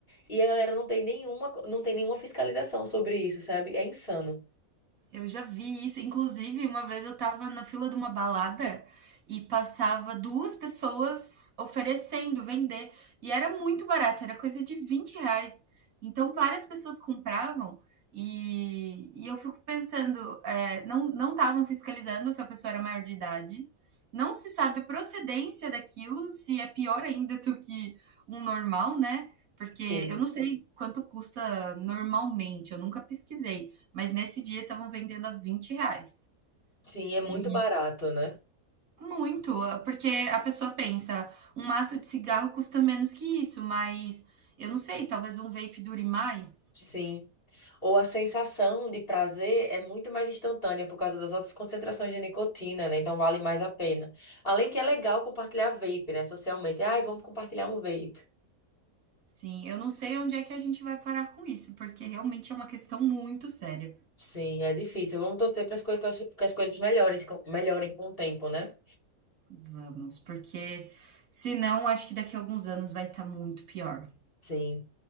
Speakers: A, on the left (about 40°); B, on the right (about 75°).
A: E a galera não tem nenhuma, não tem nenhuma fiscalização sobre isso, sabe? É insano.
B: Eu já vi isso. Inclusive, uma vez eu tava na fila de uma balada e passava duas pessoas oferecendo vender. E era muito barato, era coisa de 20 reais. Então, várias pessoas compravam e, e eu fico pensando, é, não não estavam fiscalizando se a pessoa era maior de idade. Não se sabe a procedência daquilo, se é pior ainda do que um normal, né? Porque
A: Sim.
B: eu não sei quanto custa normalmente, eu nunca pesquisei. Mas nesse dia estavam vendendo a 20 reais.
A: Sim, é muito
B: E
A: barato, né?
B: muito, porque a pessoa pensa, um maço de cigarro custa menos que isso, mas eu não sei, talvez um vape dure mais.
A: Sim. Ou a sensação de prazer é muito mais instantânea por causa das altas concentrações de nicotina, né? Então vale mais a pena. Além que é legal compartilhar vape, né? Socialmente. Ai, vamos compartilhar um vape.
B: Sim, eu não sei onde é que a gente vai parar com isso, porque realmente é uma questão muito séria.
A: Sim, é difícil. Vamos torcer para as coisas, que as coisas melhores, com- melhorem com o tempo, né?
B: Vamos, porque senão acho que daqui a alguns anos vai estar muito pior.
A: Sim.